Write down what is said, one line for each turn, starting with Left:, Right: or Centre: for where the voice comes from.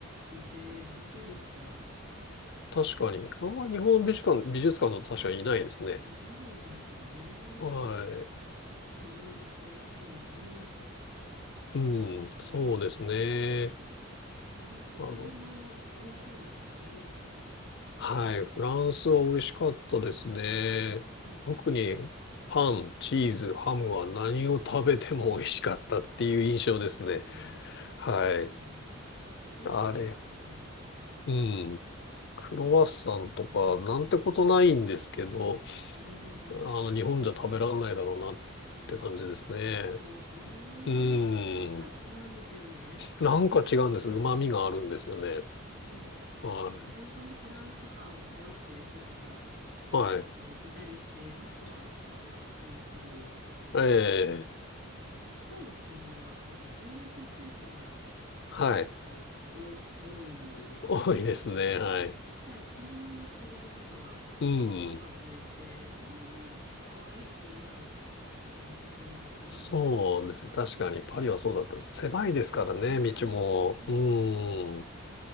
Right: いてびっくりでした。
Left: 確かに。あんま日本の美術館、美術館だと確かにいないですね。
Right: いないですよね。
Left: は
Right: やっぱり芸術の街なんだなぁと
Left: い。
Right: 思いましたね。
Left: うん。そうですね。
Right: ねえ、食事も美味しいですしね。
Left: あの、はい。フランスは美味しかったですね。
Right: うん。
Left: 特に、パン、チーズ、ハムは何を食べても美味しかったっていう印象ですね。
Right: ああ、うん、うん。本当ですね。
Left: はい。
Right: 確かに。好きな人は、
Left: あれ。
Right: うん、最高。
Left: うん。クロワッサンとか、なんてことないんですけど、
Right: うん。うん
Left: あの、日本じゃ食べらんないだろうなって感じですね。
Right: あ、そうですね。
Left: うーん。
Right: なんか違うんですよね。
Left: なんか違うんです。旨味があるんですよね。
Right: そう。
Left: はい。
Right: 私、本当にフランスパンを背負ってる人とか
Left: はい。
Right: のいたりして、あ、フランスだなと思ったり、
Left: ええ。
Right: あと、ちっちゃい車、やっぱ縦列駐車が
Left: はい。
Right: 結構お多いので、
Left: 多いですね。
Right: なんかちっちゃい二人乗りの車とかが多かったりして、
Left: はい。うん。
Right: いやー、かわいい車をたくさん見ましたね。
Left: そうですね。確かに、パリはそうだったです。狭いですからね、
Right: 狭いですよね。
Left: 道も。うーん。
Right: え